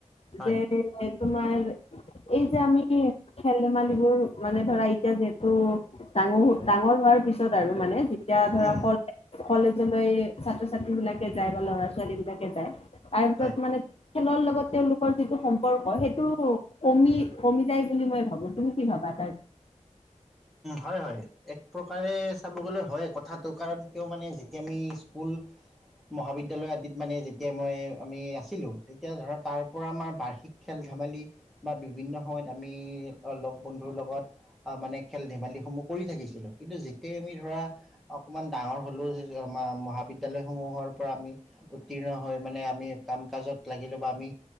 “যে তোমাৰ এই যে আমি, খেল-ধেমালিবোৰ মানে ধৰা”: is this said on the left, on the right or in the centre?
Left